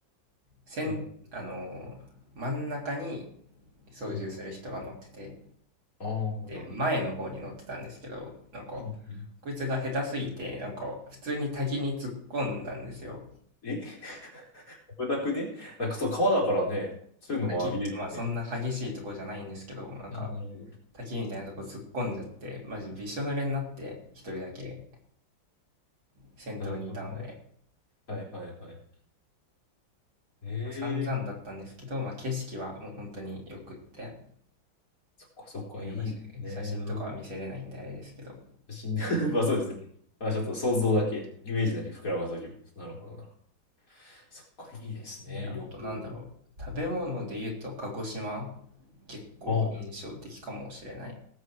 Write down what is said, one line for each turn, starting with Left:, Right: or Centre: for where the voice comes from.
Right: せん、
Left: うん、
Right: あのー真ん中に操縦する人が乗ってて、
Left: うん。ああ、
Right: で、
Left: なるほど。
Right: 前の方に乗ってたんですけど、なんか、
Left: うんうん、
Right: こいつが下手すぎて、なんか、普通に滝に突っ込んだんですよ。
Left: え <laughs> 危なくねあ、そう、川だからね、そういうのもあり得るよね。
Right: 滝って、まあそんな激しいとこじゃないんですけど、なんか、
Left: ああ、なるほど。
Right: 滝みたいなとこ突っ込んじゃって、マジびしょ濡れになって、一人だけ先頭にいたので、
Left: なるほどね。はいはいはい。ええ
Right: まあ、散々だったんですけど、まあ景色はもう本当に良くって、
Left: そっかそっか、
Right: まあ、
Left: いいですね。
Right: 今し写真とかは見せれないんであれですけど。
Left: なるほど。死んだ <laughs> まあそうですね。まあちょっと想像だけ、イメージだけ膨らませておきます。なるほどなるほど。そっか、いいですね。
Right: で、あとなんだろう。
Left: 旅行。
Right: 食べ物で言うと鹿児島結構印象的かもしれない。
Left: あ